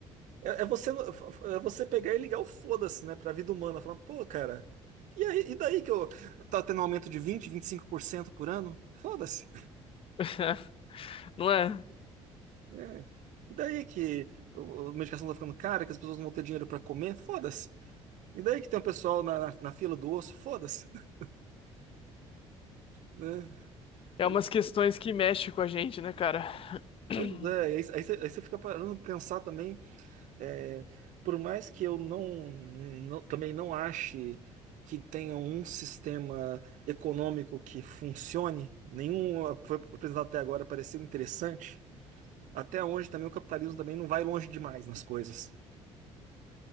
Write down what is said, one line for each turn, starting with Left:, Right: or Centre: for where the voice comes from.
Right: é, é você, é você pegar e ligar o foda-se, né, pra vida humana, falar, pô, cara, e aí, e daí que eu tá tendo um aumento de vinte vinte e cinco por cento por ano? Foda-se.
Left: <laughs> Não é?
Right: É. E daí que o- a medicação tá ficando cara, que as pessoas não vão ter dinheiro pra comer? Foda-se. E daí que tem um pessoal na, na, na fila do osso? Foda-se. <laughs> Né?
Left: É
Right: Eu,
Left: umas questões que mexem com a gente, né, cara? <clears throat>
Right: pois é, aí, aí, você, aí você fica parando de pensar também, é, por mais que eu não, não- também não ache que tenha um sistema econômico que funcione, nenhum foi apresentado até agora pareceu interessante, até hoje também o capitalismo também não vai longe demais nas coisas.